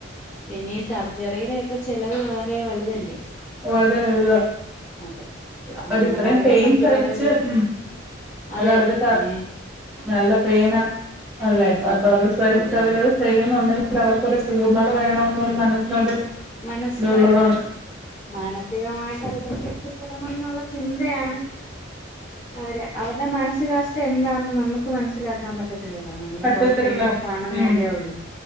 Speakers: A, on the left (about 40°); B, in the centre.
A: പിന്നെ സർജറിയുടെൊക്കെ ചെിലവ് വളരെ വലുതല്ലേ
B: വര വുത
A: അതെ
B: അവരിത്രയും
A: അതാണ് അവരെ
B: പെയിൻസ്
A: മറ്റു
B: കഴിച്ച്
A: പലതില്
B: ഉ
A: അതെ
B: അത അവര്
A: പിന്നെ
B: നല്ല പേന അല്ലെ അപ്പൊ
A: അതെ
B: അത്സ്രഹിച്ചിട്ട്
A: അതെ
B: അവരത്
A: അതെ
B: ചെയ്യുന്നുണ്ടെങ്കിൽ അവർക്ക്ൊരു പൂർണ്ണത വേണ എന്നരു മനസ്സിനൊരു
A: മനസ്സിില്
B: ഇതുള്ളതുകൊണ്ട്
A: അതാ മാനസികമായിട്ട് അതിലേ കെട്ടിപ്പെടണം എന്നുള്ള ചിന്തയാണ് അവര് അവരുടെ മാനസികാവസ്ഥ എന്താന്ന് നമുക്ക് മനസ്സിലാക്കാൻ പറ്റത് ല്ലോ നമ്മള്
B: പറ്റത്തില്ല
A: പുറത്ത നിന്ന് കാണുന്നല്ലേ
B: ഉം
A: ഉള്ളു